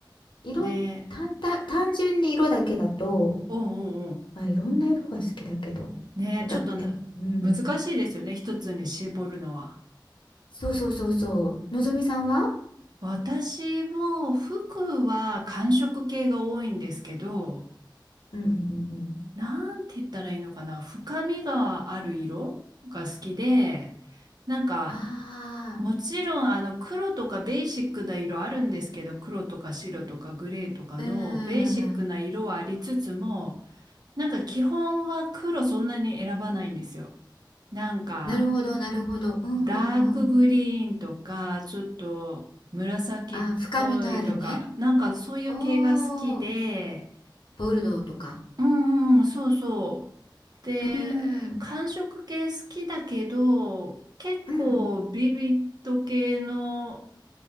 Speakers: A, on the left (about 80°); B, on the right (about 55°).
A: 色、
B: で、
A: 単た、単純に色だけだと、
B: おうおうおう。
A: まあ、いろんな色が好きだけど、やっぱだ、
B: ね、ちょっとな難しいですよね。
A: やっぱ、うん。
B: 一つに絞るのは。
A: そうそうそうそう。のぞみさんは
B: 私も服は寒色系が多いんですけど、
A: うんうんうんうん。
B: なんて言ったらいいのかな、深みがある色が好きで、なんか、
A: あ
B: もちろんあの黒とかベーシックな色あるんですけど、
A: あ、
B: 黒とか白とかグレーとかのベーシックな色はありつつも、
A: うんうんうんうん。
B: なんか基本は黒そんなに選ばないんですよ。なんか、
A: なるほど、なるほど。うんうんうん。
B: ダークグリーンとか、ちょっと紫っぽいとか、
A: ああ、深みのあるね。
B: なんかそういう系が好きで、
A: おーボルドーとか。
B: うんうん、そうそう。で、
A: えうん、うん、
B: 韓食系好きだけど、結構ビビット系の、
A: うん、